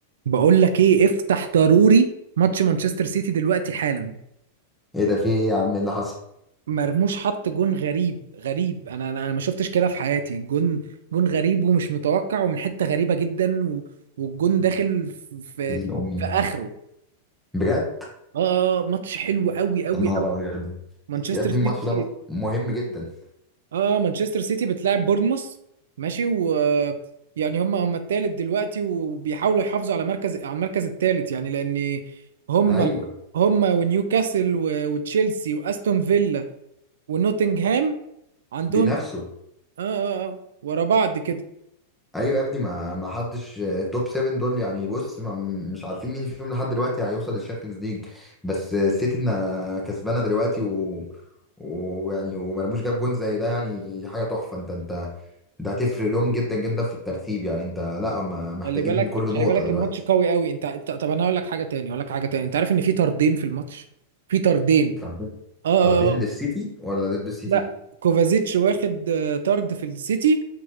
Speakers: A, on the right; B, in the centre.
A: بقول لك ايه افتح ضروري ماتش مانشستر سيتي دلوقتي حالا
B: ايه ده في ايه يا عم إيه اللي حصل
A: مرموش حط جون غريب غريب انا انا أنا ما شفتش كده في حياتي جون جون غريب ومش متوقع ومن حتة غريبة جدا و... والجون داخل في في,
B: إيه امي
A: في اخره
B: بجد
A: اه آه، آه، ماتش حلو قوي قوي
B: يا نهار
A: قوي
B: ابيض
A: مانشستر
B: يا ابني
A: سيتي
B: الماتش ده مه- مهم جدا
A: اه مانشستر سيتي بتلاعب بورنموث ماشي و يعني هم هم التالت دلوقتي وبيحاولوا يحافظوا على مركز على المركز التالت يعني لان هم
B: ايوه
A: هم ونيوكاسل و- وتشيلسي واستون فيلا ونوتنغهام عندهم
B: بنفسه
A: اه اه اه ورا بعض كده
B: ايوه يا ابني ما ما حدش آه، توب 7 دول يعني بص ما مش عارفين مين فيهم لحد دلوقتي هيوصل للشامبيونز ليج بس آه، السيتي إنها كسبانه دلوقتي و ويعني ومرموش جاب جون زي ده يعني حاجه تحفه انت انت ده هتفرق لهم جدا جدا في الترتيب يعني انت لا هم محتاجين
A: خلي بالك
B: كل
A: خلي
B: نقطه
A: بالك
B: دلوقتي
A: الماتش قوي قوي انت انت طب انا هقول لك حاجه تاني هقول لك حاجه تاني انت عارف ان في طردين في الماتش في طردين
B: طردين
A: اه اه
B: طردين للسيتي
A: آه.
B: ولا ضد السيتي
A: لا كوفازيتش واخد آه، طرد في السيتي